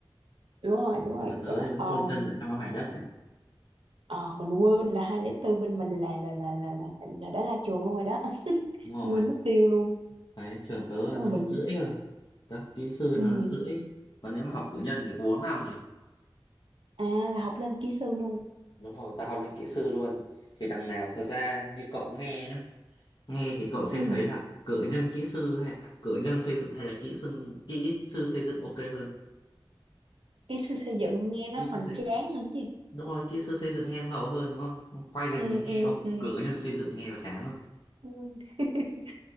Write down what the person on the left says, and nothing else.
nhưng mà tớ
thì vẫn
chôn
chân
ở trong cái mảnh đất này
đúng rồi
đấy trường tớ
năm năm
rưỡi cơ tớ học kỹ sư
năm năm rưỡi còn nếu mà học cử nhân thì có 4 năm rồi
đúng rồi tớ học lên kỹ sư luôn thì đằng nào thật ra như cậu nghe nhá Nghe thì cậu sẽ
thấy là cử nhân kỹ sư hay à, cử nhân xây dựng hay là kỹ sư kỹ sư xây dựng ok hơn.
Kỹ sư
xây
đúng rồi, kỹ sư xây dựng nghe nó ngầu hơn đúng không? Quay ra
nhìn
nghe ông
cử nhân xây dựng nghe có chán không?